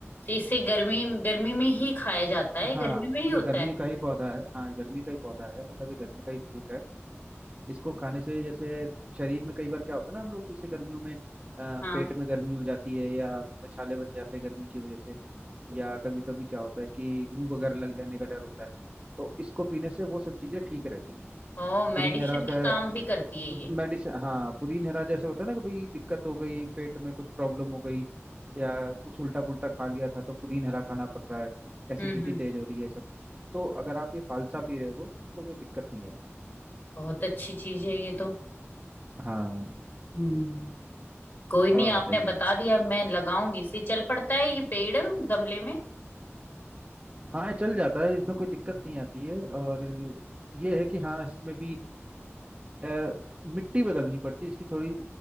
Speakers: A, on the left (about 50°); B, on the right (about 25°).
A: तो इसे गर्मी गर्मी में ही खाया जाता है
B: हाँ
A: गर्मी में ही होता
B: ये गर्मी
A: है
B: का ही पौधा है हाँ ये गर्मी का ही पौधा है मतलब ये गर्मी का ही फ्रूट है इसको खाने से जैसे शरीर में कई बार क्या होता है ना हम लोग जैसे गर्मियों में अ,
A: हाँ
B: पेट में गर्मी हो जाती है या छाले बन जाते हैं गर्मी की वजह से या कभी कभी क्या होता है कि लू वगैरह लग जाने का डर होता है तो इसको पीने से वो सब चीजें ठीक रहती हैं
A: ओ मेडिसिन
B: पुदीन हरा का
A: के काम भी करती है ये
B: मेडिसिन हाँ पुदीन हरा जैसे होता है ना कि भाई दिक्कत हो गई पेट में कुछ प्रॉब्लम हो गई या कुछ उल्टा पुल्टा खा लिया था तो पुदीन हरा खाना पड़ रहा है एसिडिटी
A: हम्म हम्म
B: तेज हो रही है सब तो अगर आप ये फालसा पी रहे हो तो कोई दिक्कत नहीं आएगी
A: बहुत अच्छी चीज है ये तो
B: हाँ
A: हम्म कोई नहीं
B: और
A: आपने
B: बताइए
A: बता दिया अब मैं लगाऊंगी इसे चल पड़ता है ये पेड़ गमले में
B: हाँ ये चल जाता है इसमें कोई दिक्कत नहीं आती है और ये है कि हाँ इसमें भी अ, मिट्टी बदलनी पड़ती है इसकी थोड़ी